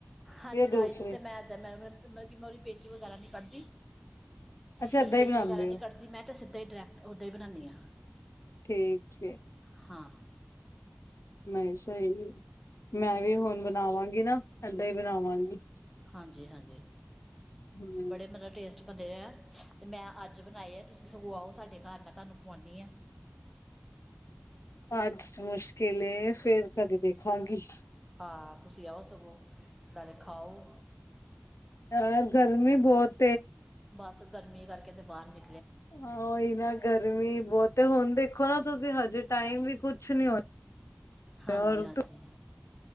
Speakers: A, in the centre; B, on the left (about 80°).
A: ਹਾਂਜੀ
B: ਜਾਂ ਦੂਸਰੇ
A: ਰਾਈਸ ਤੇ ਮੈ ਇਕਦਮ ਮਤਲਬ ਕਿ ਮੈ ਉਹਦੀ ਪੀਛ ਵਗੈਰਾ ਨੀ ਕੱਢਦੀ
B: ਅੱਛਾ
A: ਉਹਦੇ
B: ਏਦਾਂ
A: ਪੀਛ
B: ਹੀ ਬਣਾਉਂਦੇ
A: ਵਗੈਰਾ ਨਹੀ
B: ਹੋ
A: ਕੱਢਦੀ ਮੈ ਤਾਂ ਸਿੱਧਾ ਹੀ ਡਾਇਰੈਕਟ ਓਹਦਾਂ ਹੀ ਬਣਾਉਦੀ ਹਾਂ
B: ਠੀਕ ਹੈ
A: ਹਾਂ-
B: ਨਹੀ ਸਹੀ, ਮੈ ਵੀ ਹੁਣ ਬਣਾਵਾਂਗੀ ਨਾ, ਏਦਾਂ ਹੀ ਬਣਾਵਾਂਗੀ
A: ਹਾਂਜੀ- ਹਾਂਜੀ,
B: ਹਮ
A: ਬੜੇ ਮਤਲਬ ਟੇਸਟ ਦੇ ਤੇ, ਮੈ ਅੱਜ ਬਣਾਏ ਹੈ। ਤੁਸੀ ਆਓ ਸਾਡੇ ਘਰ, ਮੈ ਤੁਹਾਨੂੰ ਖਵਾਉਦੀ ਹਾਂ
B: ਅਜ ਮੁਸ਼ਕਿਲ ਫੇਰ ਕਦੇ ਦੇਖਾਂਗੀ।
A: ਹਾਂ ਤੁਸੀ ਆਓ ਸਗੋ, ਨਾਲੇ ਖਾਓ-
B: ਯਾਰ ਗਰਮੀ ਬਹੁਤ
A: ਬਸ ਗਰਮੀ ਕਰਕੇ ਤੇ ਬਾਹਰ ਨ
B: ਆਹੋ ਇਹ ਨਾ ਗਰਮੀ ਬਹੁਤੇ ਹੁਣ ਦੇਖੋ ਨਾ ਤੁਸੀ ਹਜੇ ਟਾਈਮ ਵੀ ਕੁਛ ਨੀ ਹੋਇਆ
A: ਹਾਂਜੀ-
B: ਔਰ
A: ਹਾਂਜੀ-
B: ਤੋ